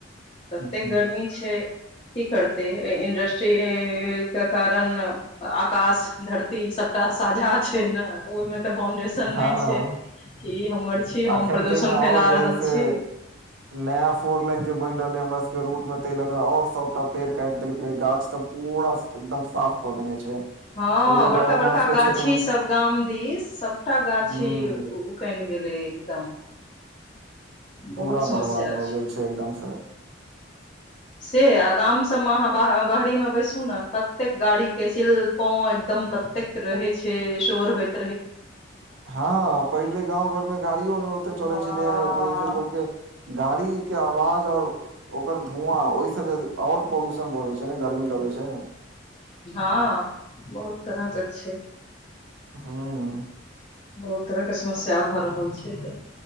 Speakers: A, on the left; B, on the right.
A: ततेक
B: हूँ
A: गर्मी छै की करतै इंडस्ट्रीक के कारण आकाश धरती सबटा साझा छै ने ओहिमे तऽ बाउंडेशन
B: हँ
A: नहि छै कि ई हमर छी हम
B: अखन
A: प्रदूषण
B: ताहिमे आओर
A: फैला
B: जे
A: रहल
B: है से
A: छी
B: नया फोर लाइन जे बनि रहल हे हमरा सबके रूट मे ताहि लऽ कऽ आऔर सबटा पेड़ काटि देलकै गाछ सब पूरा एकदम साफ कऽ देने छै
A: हँ
B: ओहि लऽ
A: बड़का
B: कऽ हमरा
A: बड़का
B: सबके
A: गाछी
B: क्षेत्र मे
A: सब गाम दिस सबटा गाछी
B: हूँ
A: कनि गेलै एकदम
B: पूरा
A: बहुत समस्या
B: बर्बाद हो गेल छै एकदम से
A: से आ गाम सब मे आहाँ बाह- बाहरे मे बैसू नऽ कतेक गाड़ी के चिल पो एकदम तत्तेक रहै छै शोर होत
B: हँ पहिले गाँव घरमे गाड़ियो नहि ओते चलै
A: हँ
B: छलै जे सेे लोकके गाड़ी के आवाज और ओकर धुआँ ओहिसँ आओर पॉल्यूशन बढ़ैत छै ने गर्मी लगै छै
A: हँ बहुत तरह कऽ छैय
B: हूँ
A: बहुत तरहके समस्या भऽ रहल छै तऽ